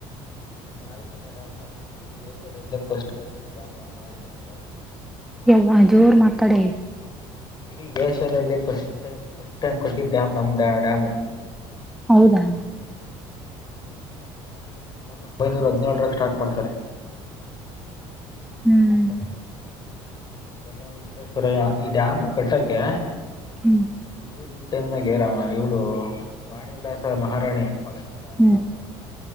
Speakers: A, on the left; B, in the centre.
A: ನಮ ಮಾರಿ ಕಣ್ಮಡ್ಯ್ನ ಇಡೀ ಸ ಕಷ್ಟಪಟ್ಟಿರ್ತ ನಮ ಮಾರಿ ಕಣ್ಮಡಾನ
B: ಯ ಜೋರ್ ಮಾತಾಡೆ
A: ಇಡೀ ಏಷ್ಯಾದಲ್ಲಿ ಫಸ್ಟ್ ಟೈಮ್ ಫಸ್ಟ್ ಟೈಮ್ ಕಟ್ಟಿದ್ದ ಡ್ಯಾಮ್ ನಮ್ ಡ್ಯಾಮು
B: ಹೌದಾ
A: ಹೌ ಒಂಬೈನೂರ ಹದಿನೇಳರ ಸ್ಟಾರ್ಟ್ ಮಾಡ್ತಾರೆ
B: ಹ್ಮ್
A: ಕೊಡ್ತಾರೆ ಸಾಮ್ ವಿಶ್ವೇಶ್ವರಯ್ಯ ಈ ಡ್ಯಾಮ್ ಕಟ್ಟಕ್ಕೆ
B: ಹ್ಮ್
A: ಇಲ್ ಟೈಮ್ನಾಗರಾಮ ಇವಳು ವಾಣಿ ವಿಲಾಸ ಮಹಾರಾಣಿ ವಾಣಿಲಸ
B: ಹ್ಮ್